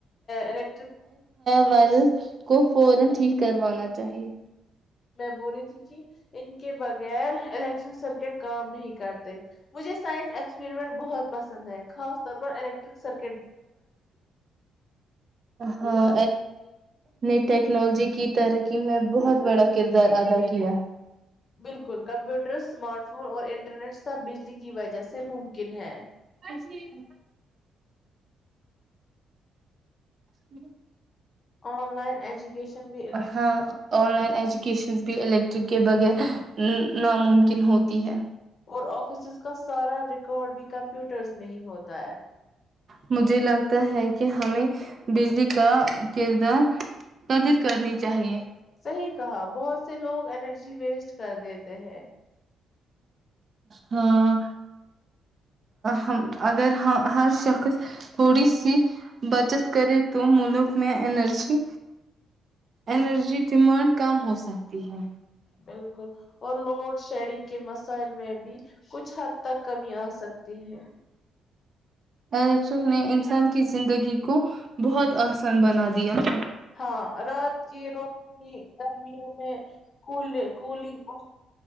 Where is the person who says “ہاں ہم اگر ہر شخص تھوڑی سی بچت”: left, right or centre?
Right